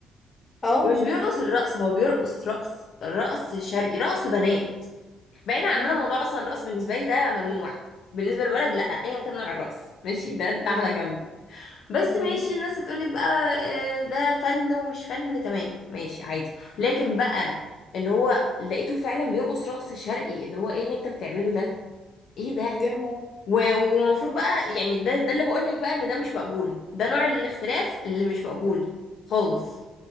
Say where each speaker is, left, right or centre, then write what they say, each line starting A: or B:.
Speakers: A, on the left (about 30°); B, on the left (about 70°).
A: اه
B: ومش بيرقص الرقص هو بيرقص رقص رقص شرقي رقص بنات بعيدا عن
A: أمم،
B: ان انا موضوع اصلا الرقص بالنسبه لي ده ممنوع بالنسبه للولد لا ايا كان نوع الرقص ماشي ده ده
A: أيوة.
B: على جنب بس
A: أمم.
B: ماشي الناس هتقولك بقى آه، ده فن ومش فن تمام ماشي عادي لكن بقى اللي هو لقيته فعلا بيرقص رقص شرقي اللي هو ايه اللي انت بتعمله ده ايه ده
A: دي حاجة
B: و- والمفروض بقى يعني ده ده اللي بقولك بقى ان ده مش مقبول ده نوع الاختلاف اللي مش مقبول خالص